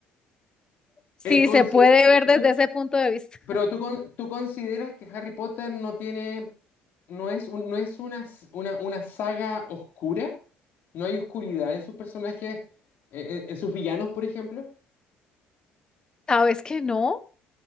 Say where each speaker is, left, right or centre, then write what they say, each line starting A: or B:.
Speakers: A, on the left; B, on the left.
A: Sí,
B: En conse-
A: se puede
B: ¿tú,
A: ver desde
B: tú-
A: ese punto de vista.
B: Pero
A: <laughs>
B: tú, con- tú consideras que Harry Potter no tiene, no es un- no es una, s- una, una saga oscura, no hay oscuridad en sus personajes, eh, en, en sus villanos, por ejemplo.
A: ¿Sabes que no?